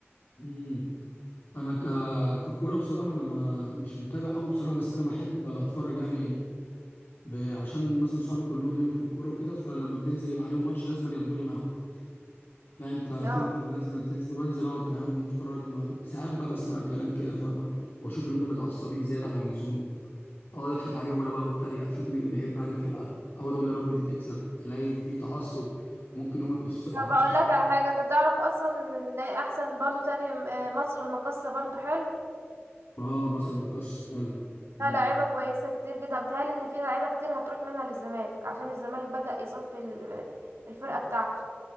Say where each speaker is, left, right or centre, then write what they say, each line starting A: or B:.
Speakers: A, on the left (about 55°); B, on the right (about 65°).
A: مم. أنا ك... ككورة بصراحة أنا ما مش متابع أوي بصراحة بس أنا بحب أتفرج يعني ب... عشان مثلا صحابي كلهم ليهم في الكورة وكده فلما بننزل يبقى عليهم ماتش لازم ياخدوني معاهم لا انت هتيجي
B: اه
A: لازم تنسى بنزل اقعد معاهم نتفرج مع ساعات بقى بسمع كلام كده فاهمه واشوف اللي هم متعصبين زياده عن اللزوم اقعد اضحك عليهم انا بقى واتريق اشوف مين اللي بيحب يعني فرقه اقعد اقول يا رب دي تكسب الاقي في تعصب وممكن يوم يكسر
B: طب
A: يعني
B: أقول لك على حاجة أنت تعرف أصلا إن أحسن برضو تاني م- آه، مصر المقاصة برضو حلو
A: اه مصر مقص حلو مم.
B: لا لعيبة كويسة كتير جدا بتهيألي ان في لعيبة كتير هتروح منها للزمالك عشان الزمالك بدأ يصفي ال- الفرقة بتاعته